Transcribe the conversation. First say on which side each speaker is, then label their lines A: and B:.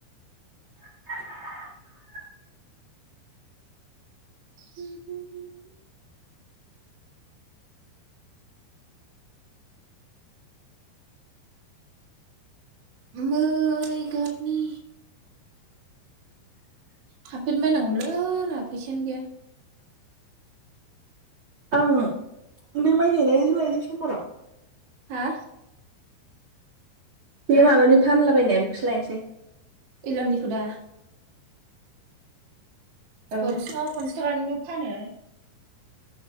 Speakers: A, on the right; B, on the right.
A: <inaudible>
B: <inaudible> मै गाबनि हाबफेन बायनांगौमोनलै आंहा फैसायानो गैया।
A: आं बे माइ गायनाय <unintelligible> समबाराव
B: हा?
A: बे माबानि फानलाबायनाया बेखौसो लायनोसै।
B: इलामनिखौ दा
A: औ
B: पनसास पनसास थाखानि फानो